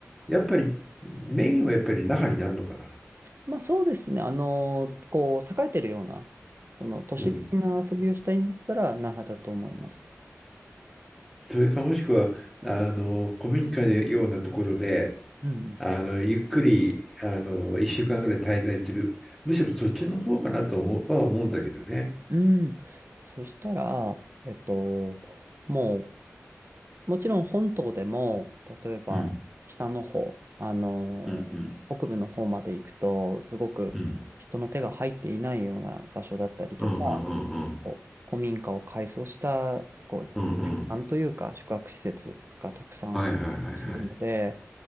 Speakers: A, in the centre; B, on the right.
A: やっぱりメインはやっぱり那覇になるのかな。
B: まあそうですね。あの、こう、栄えてるような、その都市的な遊びをしたいんだったら、
A: うん。
B: 那覇だと思います。
A: それかもしくは、あの古民家のようなところで、
B: うん
A: あの、ゆっくり、あの、一週間ぐらい滞在する。むしろそっちの方かなと思うは思うんだけどね。
B: うん。うん。そしたら、えっと、もう、もちろん本島でも、例えば北の方、
A: うん、
B: あの北部の方まで行くと、
A: うん、うん、
B: すごく人の手が入っていないような場所だったりとか、
A: うん、うん、うん、うん、
B: こう古民家を改装したこう旅館というか宿泊施設がたくさんするので、
A: うん、うん、はいはいはいはい。